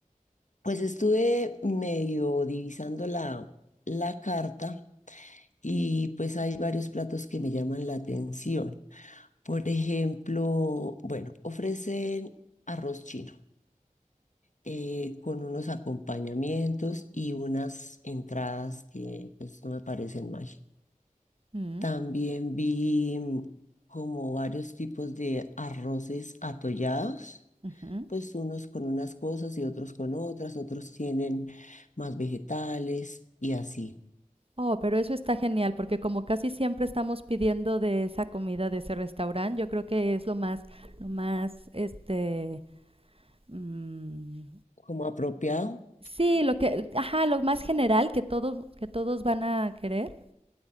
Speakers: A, on the left; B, on the right.
A: Pues estuve medio divisando la, la carta y pues hay varios platos que me llaman la atención. Por ejemplo, bueno, ofrecen arroz chino eh, con unos acompañamientos y unas entradas que pues, no me parecen mal.
B: Mm,
A: También vi mm, como varios tipos de arroces atollados,
B: ujú.
A: pues unos con unas cosas y otros con otras, otros tienen más vegetales y así,
B: Oh, pero eso está genial, porque como casi siempre estamos pidiendo de esa comida de ese restaurante, yo creo que es lo más, lo más, este, mm,
A: como apropiado.
B: Sí, lo que, ajá, lo más general que todos, que todos van a querer.